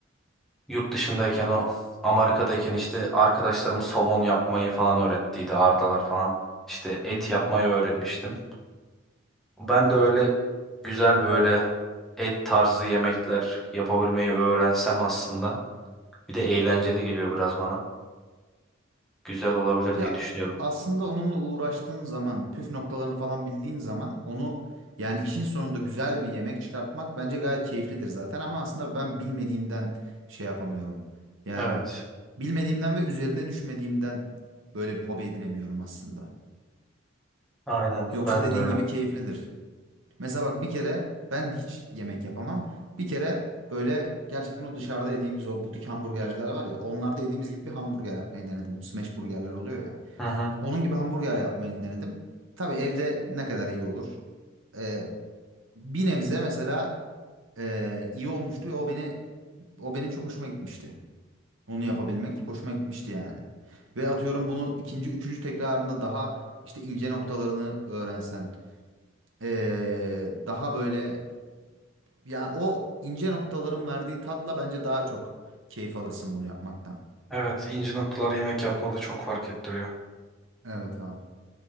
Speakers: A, in the centre; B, on the right (about 70°).
A: yurt dışındayken o Amerika'dayken işte arkadaşlarım somon yapmayı falan öğrettiydi. Ardalar falan. İşte et
B: Hı hı.
A: yapmayı öğretmiştim. Ben de öyle güzel böyle et tarzı yemekler yapabilmeyi öğrensem aslında. Bir de eğlenceli geliyor biraz bana. Güzel olabilir
B: Ya
A: diye düşünüyorum.
B: aslında onunla uğraştığın zaman, püf noktalarını falan bildiğin zaman onu yani işin sonunda güzel bir yemek çıkartmak bence gayet keyiflidir zaten ama aslında ben bilmediğimden şey yapamıyorum. Yani
A: Evet.
B: bilmediğimden ve üzerine düşmediğimden böyle bir hobi edinemiyorum aslında.
A: Aynen
B: Yoksa
A: ben
B: dediğin
A: de öyle.
B: gibi keyiflidir. Mesela bak bir kere ben hiç yemek yapamam. Bir kere böyle gerçekten o dışarıda yediğimiz o butik hamburgerciler var ya. Onlarda yediğimiz gibi bir hamburger yapmayı denedim. Bu smash burgerler oluyor ya.
A: Hı hı.
B: Onun gibi hamburger yapmayı denedim. Tabii evde ne kadar iyi olur. Ee, bir nebze mesela e, iyi olmuştu ve o beni o benim çok hoşuma gitmişti. Onu yapabilmek hoşuma gitmişti yani. Ve atıyorum bunu ikinci, üçüncü tekrarında daha işte ince noktalarını öğrensen, ee, daha böyle yani o ince noktaların verdiği tatla bence daha çok keyif alırsın bunu yapmaktan.
A: Evet, ince noktalar yemek yapmada çok fark ettiriyor.
B: Evet abi.